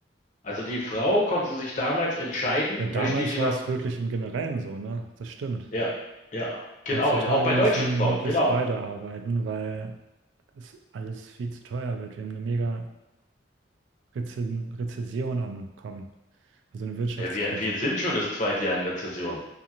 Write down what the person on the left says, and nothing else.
Also die Frau konnte sich damals entscheiden,
möchte ich in
einer,
ja, ja, genau,
auch bei
deutschen Frauen,
genau.
Äh, Wir, wir sind schon das zweite Jahr in Rezession.